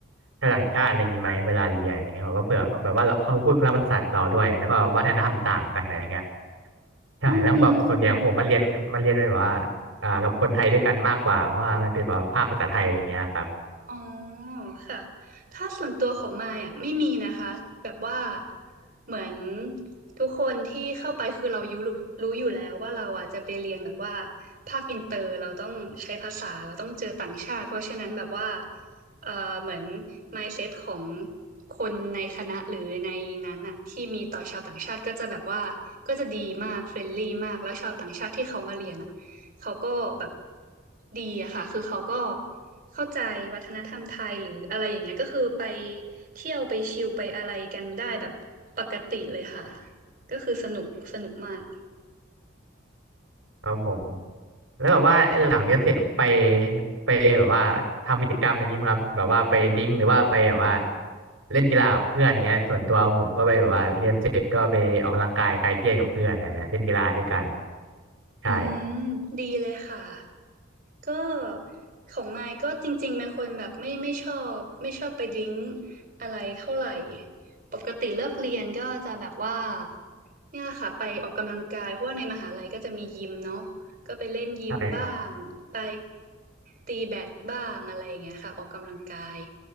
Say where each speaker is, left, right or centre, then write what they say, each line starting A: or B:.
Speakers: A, on the right; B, on the right.
A: ชาวต่างชาติอะไรอย่างนี้ไหมเวลาเรียนอย่างเงี้ยแบบว่าเผื่อแบบว่าเขาพูดคนละภาษากับเราด้วยแล้วก็วัฒนธรรมต่างกันอะไรเงี้ยใช่แล้วแบบส่วนใหญ่ของผมมันเรียนมันเรียนแบบว่าอ่ากับคนไทยด้วยกันมากกว่าเพราะว่ามันเป็นแบบว่าภาคภาษาไทยอะไรเงี้ยครับ
B: อืม อ๋อค่ะถ้าส่วนตัวของมายอ่ะไม่มีนะคะแบบว่าเหมือนทุกคนที่เข้าไปคือเรารู้รู้อยู่แล้วว่าเราอ่ะจะไปเรียนแบบว่าภาคอินเตอร์เราต้องใช้ภาษาเราต้องเจอต่างชาติเพราะฉะนั้นแบบว่าเอ่อเหมือน mindset ของคนในคณะหรือในนั้นอ่ะที่มีต่อชาวต่างชาติก็จะแบบว่าก็จะดีมากเฟรนลี่มากแล้วชาวต่างชาติที่เขามาเรียนอ่ะ เขาก็แบบดีอะค่ะ คือเขาก็เข้าใจวัฒนธรรมไทยหรืออะไรอย่างเงี้ยก็คือไปเที่ยวไปชิลไปอะไรกันได้แบบปกติเลยค่ะ ก็คือสนุกสนุกมาก
A: ครับผมแล้วแบบว่าหลังเรียนเสร็จไปไปแบบว่าทำกิจกรรมอย่างนี้ไหมครับแบบว่าไปดิ้งหรือว่าไปแบบว่าเล่นกีฬากับเพื่อนอย่างเงี้ยส่วนตัวผมก็ไปแบบว่าเรียนเสร็จก็ไปออกกำลังกายคลายเครียดกับเพื่อนอะไรแบบเนี้ยเล่นกีฬาด้วยกันใช่
B: อืมดีเลยค่ะ ก็ของมายก็จริงๆเป็นคนแบบไม่ไม่ชอบไม่ชอบไปดริ้งอะไรเท่าไหร่ปกติเลิกเรียนก็จะแบบว่าเนี่ยค่ะไปออกกำลังกายเพราะว่าในมหาลัยก็จะมียิมเนาะก็ไปเล่นยิมบ้างไป
A: ใช่ครับ
B: ตีแบดบ้างอะไรอย่างเงี้ยค่ะออกกำลังกาย